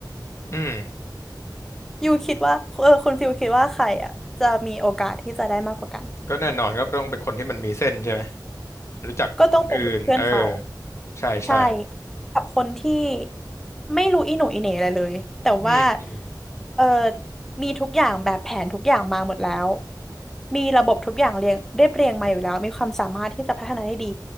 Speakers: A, on the left; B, in the centre.
A: อืม
B: ยูคิดว่าเออคุณฟิลคิดว่าใครอะจะมีโอกาสที่จะได้มากกว่ากัน
A: ก็แน่นอนก็ต้องเป็นคนที่มันมีเส้นใช่ไหมรู้จักคนอื่นเออ
B: ก็ต้องเป็นลูกเพื่อนเขา
A: ใช่ใช่
B: ใช่กับคนที่ไม่รู้อีหนูอีเหน่อะไรเลยแต่ว่า
A: อืมอืม
B: เออมีทุกอย่างแบบแผนทุกอย่างมาหมดแล้วมีระบบทุกอย่างเรียงเรียบเรียงมาอยู่แล้วมีความสามารถที่จะพัฒนาได้ดี